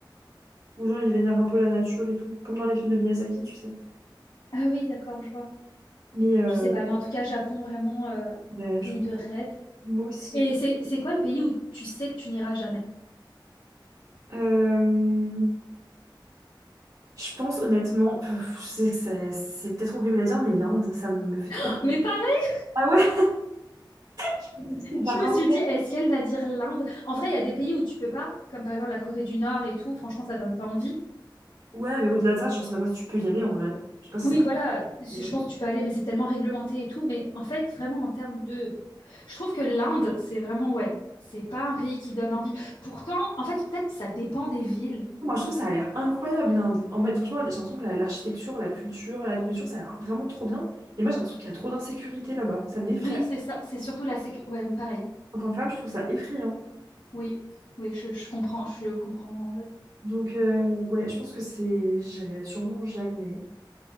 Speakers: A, on the right; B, on the left.
A: Où genre, ils vénèrent un peu la nature et tout. Comme dans les films de Miyazaki, tu sais.
B: Ah oui, d'accord, je vois.
A: Mais euh,
B: Je sais pas, mais en tout cas, Japon, vraiment, euh,
A: ouais,
B: pays
A: je comprends.
B: de rêve.
A: Moi aussi.
B: Et c'est, c'est quoi le pays où tu sais que tu n'iras jamais?
A: Euh, je pense honnêtement, <laughs> pff, je sais que ça- c'est peut-être horrible à dire, mais l'Inde, ça me fait trop.
B: Oh,
A: peur.
B: Mais pareil,
A: Ah ouais? <laughs> Je me dis, Par
B: je me
A: contre,
B: suis dit, est-ce qu'elle va dire l'Inde? En vrai, il y a des pays où tu peux pas, comme par exemple la Corée du Nord et tout, franchement, ça donne pas envie.
A: ouais, mais au-delà de ça, genre, c'est même pas si tu peux y aller en vrai. Je sais pas si
B: Oui,
A: c'est
B: voilà,
A: possible
B: je
A: là-bas.
B: je pense que tu peux aller, mais c'est tellement réglementé et tout. Mais en fait, vraiment, en termes de... Je trouve que l'Inde, c'est vraiment, ouais, c'est pas un pays qui donne envie. Pourtant, en fait, peut-être que ça dépend des villes.
A: Moi, je trouve que ça a l'air incroyable, l'Inde. En fait, franchement, j'ai l'impression que la- l'architecture, la culture, la nourriture, ça a l'air vraiment trop bien. Mais moi, j'ai l'impression qu'il y a trop d'insécurité là-bas. Ça m'effraie.
B: Oui, c'est ça, c'est surtout la sécurité. Ouais, pareil.
A: En tant que femme, je trouve ça effrayant.
B: Oui, oui, je, je comprends, je comprends.
A: Donc, euh, ouais, je pense que c'est. J'irai sûrement jamais.